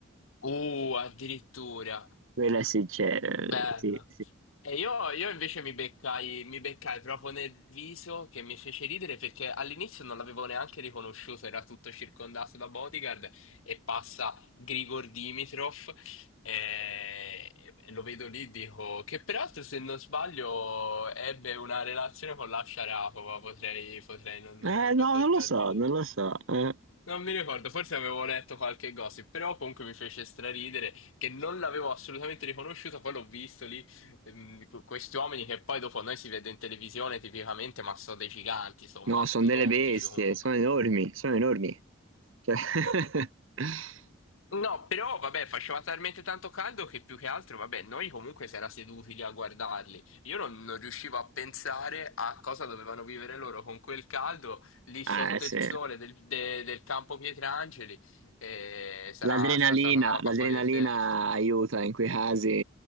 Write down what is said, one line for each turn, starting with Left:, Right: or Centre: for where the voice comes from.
Left: Uh, addirittura,
Right: Quella è sincera, eh,
Left: bello.
Right: sì, sì.
Left: E io, io invece mi beccai, mi beccai proprio nel viso che mi fece ridere perché all'inizio non l'avevo neanche riconosciuto, era tutto circondato da bodyguard e passa Grigor Dimitrov eh, e lo vedo lì, dico che peraltro se non sbaglio ebbe una relazione con la Sharapova, potrei, potrei non,
Right: Eh, no,
Left: potrei
Right: non
Left: star
Right: lo so,
Left: di...
Right: non lo so. eh.
Left: Non mi ricordo, forse avevo letto qualche gossip, però comunque mi fece straridere che non l'avevo assolutamente riconosciuto, poi l'ho visto lì, ehm, qu- questi uomini che poi dopo noi si vede in televisione tipicamente, ma sono dei giganti, sono
Right: No,
Left: mastodontici
Right: sono delle bestie,
Left: comunque.
Right: sono enormi, sono enormi. Cioè... <laughs>
Left: No, però vabbè, faceva talmente tanto caldo che più che altro, vabbè, noi comunque si era seduti lì a guardarli. Io non, non riuscivo a pensare a cosa dovevano vivere loro con quel caldo lì
Right: Eh,
Left: sotto
Right: sì.
Left: il sole del, de- del campo Pietrangeli. E sarà,
Right: L'adrenalina,
Left: sarà stata una roba
Right: l'adrenalina
Left: fuori di testa.
Right: aiuta in quei casi,